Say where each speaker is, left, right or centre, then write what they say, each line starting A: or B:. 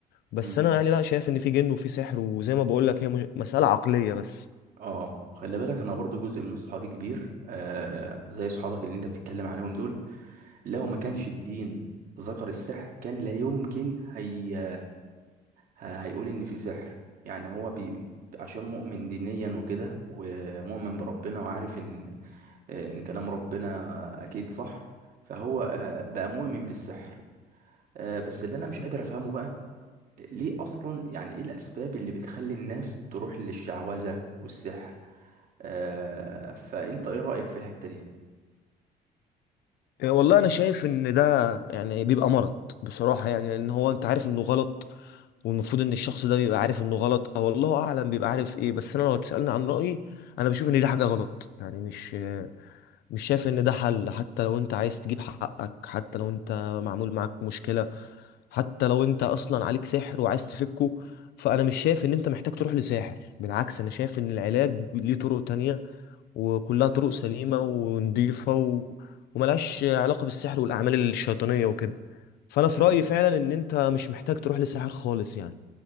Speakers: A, on the left; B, on the right.
A: بس
B: مم.
A: انا يعني لا شايف ان في جن وفي سحر وزي ما بقول لك هي م- مسألة عقلية بس
B: اه خلي بالك انا برضو جزء من صحابي كبير آه زي صحابك اللي انت بتتكلم عليهم دول لو ما كانش الدين ذكر السحر كان لا يمكن هي ه- هيقول ان في سحر يعني هو بي عشان مؤمن دينيا وكده ومؤمن بربنا وعارف ان آه، ان كلام ربنا اكيد صح فهو آه، بقى مؤمن بالسحر آه، بس اللي انا مش قادر افهمه بقى ليه اصلا يعني ايه الاسباب اللي بتخلي الناس تروح للشعوذة والسحر آه، فانت ايه رأيك في الحتة دي
A: آه، والله انا شايف ان ده يعني بيبقى مرض بصراحه يعني لان هو انت عارف انه غلط والمفروض ان الشخص ده بيبقى عارف انه غلط او الله اعلم بيبقى عارف ايه بس انا لو تسالني عن رايي انا بشوف ان دي حاجه غلط يعني مش مش شايف ان ده حل حتى لو انت عايز تجيب حقك حتى لو انت معمول معاك مشكله حتى لو انت اصلا عليك سحر وعايز تفكه فانا مش شايف ان انت محتاج تروح لساحر بالعكس انا شايف ان العلاج ليه طرق تانية وكلها طرق سليمة ونضيفة و... وملهاش علاقة بالسحر والأعمال الشيطانية وكده فأنا في
B: ايوه
A: رأيي فعلا إن أنت مش محتاج تروح لساحر خالص يعني